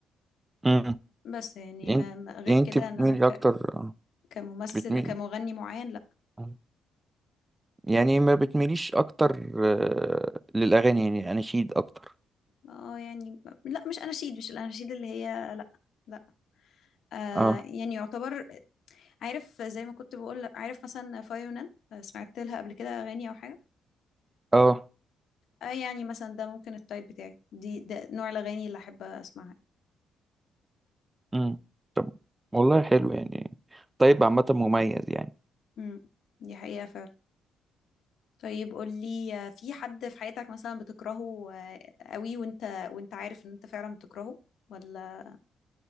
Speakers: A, on the right (about 20°); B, on the left (about 70°).
A: امم
B: بس يعني
A: يعني
B: آه، غير
A: يعني
B: كده
A: انت بتميلي
B: انما ك...
A: اكتر آه،
B: كممثل
A: بتميلي
B: كمغني معين لا
A: آه. يعني ما بتميليش اكتر آه، للاغاني يعني اناشيد اكتر
B: اه يعني لا مش اناشيد مش الاناشيد اللي هي لا لا آه
A: اه
B: يعني يعتبر عارف زي ما كنت بقول عارف مثلا فايونان سمعت لها قبل كده اغاني او حاجه
A: اه
B: اه يعني مثلا ده ممكن التايب بتاعي دي ده نوع الاغاني اللي احب اسمعها
A: امم والله حلو يعني طيب عامه مميز يعني
B: امم دي حقيقه فعلا طيب قولي آه، في حد في حياتك مثلا بتكرهه آه، قوي وانت وانت عارف ان انت فعلا بتكرهه ولا